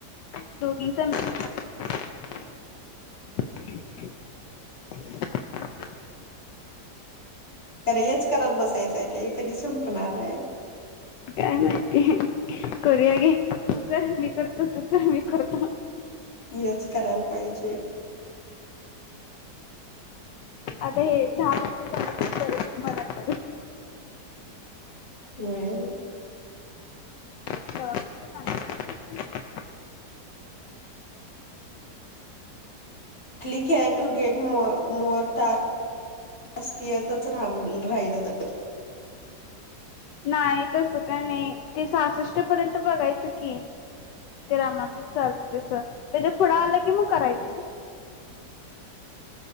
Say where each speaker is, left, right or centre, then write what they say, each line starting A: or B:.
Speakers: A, on the left; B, on the left.
A: <unintelligible> दोघींचा मिळून <unintelligible> <inaudible>
B: तर हेच करत बसायचंय की कधी संपणार हाय.
A: काय माहिती, करूया घे. तू कर मी करतो. तू कर मी करतो.
B: हेच करायला पाहिजे.
A: आता हे दहा मिनटं झाले. तू कर तू मला कर.
B: होय.
A: दवाखान्यात जाणार आहेस ना तू?
B: Click here to get more task. अस्तियातच रा राहिलं तर.
A: नाही तसं काय नाही ते सासष्ट पर्यंत बघायचं की. ते रामानच चालत तस. त्याच्या पुढं आलं कि मग करायचं नाही.